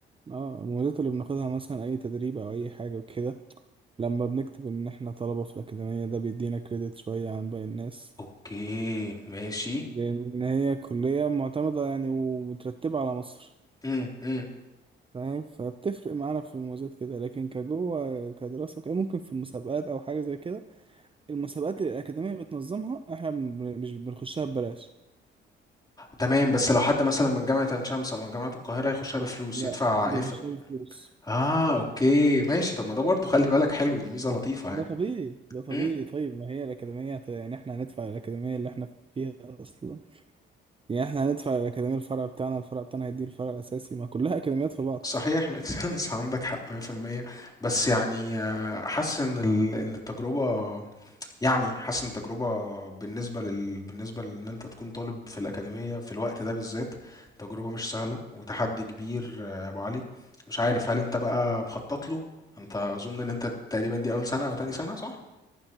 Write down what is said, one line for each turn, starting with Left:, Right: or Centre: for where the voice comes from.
Right: اه المميزات اللي بناخدها مثلا اي تدريب او اي حاجه وكده لما بنكتب ان احنا طلبه في الاكاديميه ده بيدينا كريدت شويه عن باقي الناس
Left: أوكي ماشي
Right: لأن هي كلية معتمدة يعني ومترتبة على مصر
Left: امم امم
Right: فاهم فبتفرق معانا في المميزات كده لكن كجوه كدراسة وكده ممكن في المسابقات أو حاجة زي كده المسابقات اللي الأكاديمية بتنظمها إحنا بن- مش بنخشها ببلاش
Left: تمام بس لو حد مثلا من جامعة عين شمس أو من جامعة القاهرة يخشها بفلوس
Right: لا
Left: يدفع
Right: بيخشها
Left: إيه ف-
Right: بفلوس
Left: اه اوكي ماشي طب ما ده برضه خلي بالك حلو دي ميزه لطيفه يعني
Right: ده طبيعي ده طبيعي
Left: مم،
Right: طيب ما هي الأكاديمية هت- يعني إحنا هندفع الأكاديمية اللي إحنا فيها أصلا يعني إحنا هندفع الأكاديمية الفرع بتاعنا الفرع بتاعنا هيدي الفرع الأساسي ما كلها أكاديميات في بعض
Left: صحيح ميك سنس <laughs> عندك حق 100% بس يعني آه، حاسس ان ال- ان التجربه يعني حاسس ان التجربه بالنسبه لل بالنسبه لان انت تكون طالب في الاكاديميه في الوقت ده بالذات تجربه مش سهله وتحدي كبير آه، يا ابو علي مش عارف هل انت بقى مخطط له انت اظن ان انت تقريبا دي اول سنه او تاني سنه صح